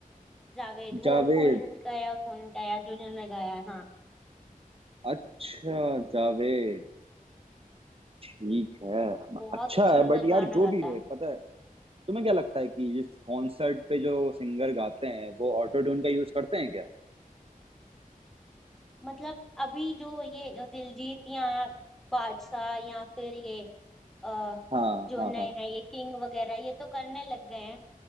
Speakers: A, in the centre; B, on the right.
A: जावेद वो
B: जावेद
A: फोन गया फोन गया जो जिन्होंने गाया है, हाँ
B: अच्छा जावेद ठीक है
A: बहुत
B: अच्छा
A: ही सुंदर
B: है बट यार
A: गाना
B: जो
A: गाता
B: भी है
A: है
B: पता है तुम्हें क्या लगता है कि जिस कॉन्सर्ट पे जो सिंगर गाते हैं वो ऑटो ट्यून का यूज करते हैं क्या
A: मतलब अभी जो ये दिलजीत या बादशाह या फिर ये अ,
B: हाँ
A: जो
B: हाँ
A: नए
B: हाँ
A: हैं ये किंग वगैरह ये तो करने लग गए हैं